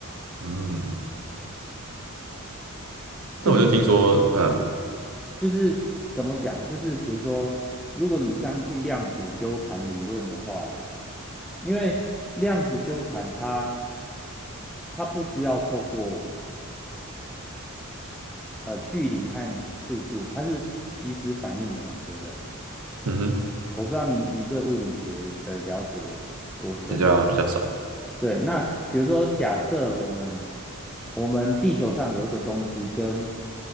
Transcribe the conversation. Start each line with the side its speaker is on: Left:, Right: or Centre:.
Right: 嗯，
Centre: 就是。
Right: 但我就听说，嗯
Centre: 啊就是怎么讲？就是比如说，如果你相信量子纠缠理论的话啦，因为量子纠缠它它不需要透过呃距离和速度，它是即时反应的嘛，对不对？
Right: 嗯哼，
Centre: 我不知道你你对物理学的了解有多深嘛？
Right: 比较比较少，
Centre: 对，那比如说，假设我们我们地球上有一个东西跟